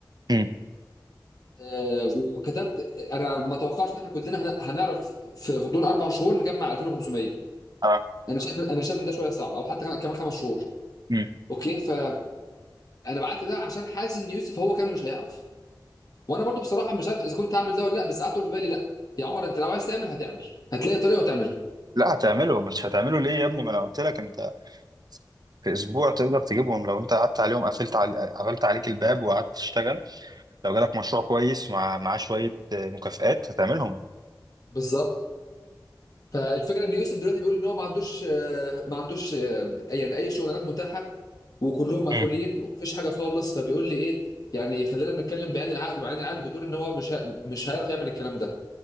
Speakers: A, on the right (about 55°); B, on the left (about 50°).
A: مم.
B: آه، وكتبت انا ما توقعش ان احنا كلنا هن- هنعرف في غضون اربع شهور نجمع 2500
A: آه.
B: انا شايف انا شايف ان ده شويه صعب او حتى كمان خمس شهور
A: مم.
B: اوكي فانا بعت ده عشان حاسس ان يوسف هو كان مش هيعرف وانا برضو بصراحه مش عارف اذا كنت هعمل ده ولا لا بس قعدت اقول في بالي لا يا عمر انت لو عايز تعمل هتعمل هتلاقي طريقه وتعملها
A: لا هتعمله مش هتعمله ليه يا ابني ما انا قلت لك انت في اسبوع تقدر تجيبهم لو انت قعدت عليهم قفلت علي... قفلت عليك الباب وقعدت تشتغل لو جالك مشروع كويس ومع معاه شوية آه، مكافآت هتعملهم
B: بالظبط فالفكره ان يوسف دلوقتي بيقول ان هو ما عندوش آه، ما عندوش آه، يعني اي شغلانات متاحه وكلهم مقفولين
A: مم.
B: ومفيش حاجه خالص فبيقول لي ايه يعني خلينا نتكلم بعين العقل وعين العقل بتقول ان هو مش ه- مش هيعرف يعمل الكلام ده